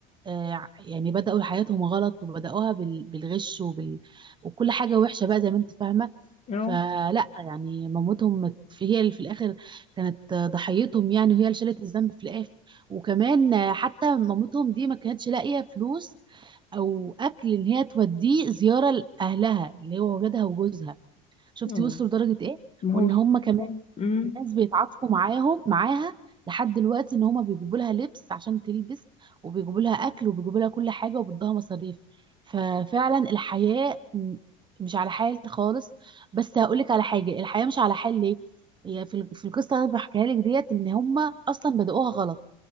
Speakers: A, on the right; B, on the left.
A: آه، يعني بدأوا حياتهم غلط وبدأوها بال- بالغش وبال... وكل حاجة وحشة بقى زي ما انت فاهمة
B: اه
A: فلا يعني مامتهم مت- هي اللي في الاخر كانت ضحيتهم يعني وهي اللي شالت الذنب في الاخر وكمان حتى مامتهم دي ما كانتش لاقيه فلوس او اكل ان هي توديه زياره لاهلها اللي هو ولادها وجوزها شفتي
B: اه
A: وصلوا لدرجه ايه
B: ما
A: وان
B: هو سبحان
A: هم كمان
B: الله مم.
A: الناس بيتعاطفوا معاهم معاها لحد دلوقتي ان هما بيجيبوا لها لبس عشان تلبس وبيجيبوا لها اكل وبيجيبوا لها كل حاجه وبيدوها مصاريف ففعلا الحياه م- مش على حال خالص بس هقولك على حاجه الحياه مش على حال ليه هي في ال- في القصه اللي أنا بحكيها لك ديت ان هما اصلا بدأوها غلط